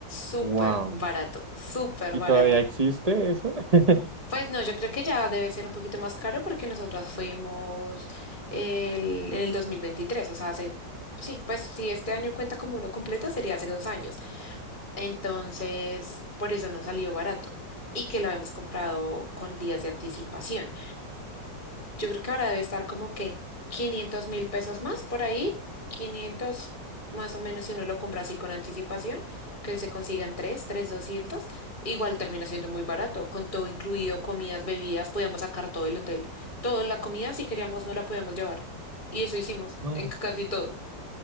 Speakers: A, on the left; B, on the right.
A: Súper
B: wow.
A: barato, súper
B: ¿Y
A: barato.
B: todavía existe eso? <laughs>
A: Pues no, yo creo que ya debe ser un poquito más caro porque nosotras fuimos el, en el 2023, o sea, hace, sí, pues si este año cuenta como uno completo, sería hace dos años. Entonces, por eso no salió barato y que lo habíamos comprado con días de anticipación. Yo creo que ahora debe estar como que quinientos mil pesos más por ahí, 500 más o menos si uno lo compra así con anticipación, que se consigan tres 3 200 igual termina siendo muy barato, con todo incluido, comidas, bebidas, podíamos sacar todo el hotel, toda la comida si queríamos no la podíamos llevar. Y eso hicimos
B: No.
A: en c- casi todo.